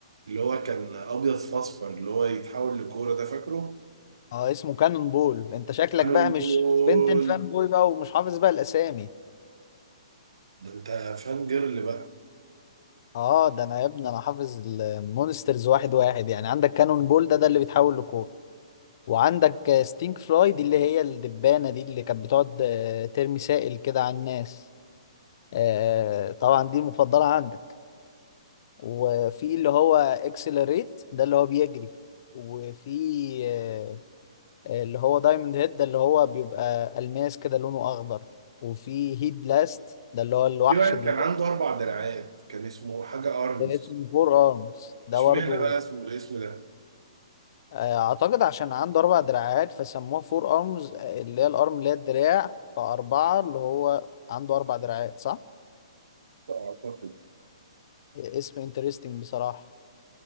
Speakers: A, on the right; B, on the left.
A: اللي هو كان أبيض في أصفر اللي هو يتحول لكورة ده فاكره؟
B: اه اسمه كانون بول انت شكلك
A: كانون
B: بقى مش
A: بول
B: بنتن فان بوي بقى ومش حافظ بقى الاسامي
A: ده أنت فان جيرل بقى
B: اه ده انا يا ابني انا حافظ المونسترز واحد واحد يعني عندك كانون بول ده ده اللي بيتحول لكورة وعندك ستينك فلاي دي اللي هي الدبانة دي اللي كانت بتقعد آه، ترمي سائل كده على الناس آه، طبعا دي المفضلة عندك وفي اللي هو اكسلريت ده اللي هو بيجري وفي آه، آه، اللي هو دايموند هيد ده اللي هو بيبقى ألماس كده لونه أخضر وفي هيد بلاست ده اللي هو الوحش
A: في واحد
B: اللي
A: كان عنده أربع دراعات كان اسمه حاجة أرمز
B: اسمه فور ارمز ده
A: اشمعنى
B: برضه
A: بقى اسمه الاسم ده؟
B: اعتقد عشان عنده اربع دراعات فسموه فور ارمز اللي هي الارم اللي هي الدراع فاربعه اللي هو عنده اربع دراعات صح
A: أعتقد
B: اسم انترستنج بصراحه